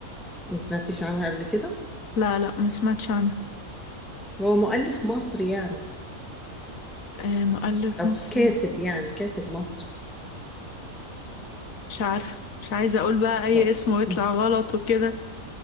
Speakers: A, in the centre; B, on the left (about 65°).
A: ما سمعتيش عنها قبل كده
B: لا لا ما سمعتش عنها
A: هو مؤلف مصري يعني
B: آه مؤلف
A: أو
B: مصري
A: كاتب يعني كاتب مصري
B: مش عارفة مش عايزة أقول بقى أي
A: طيب
B: اسم ويطلع
A: <laughs>
B: غلط وكده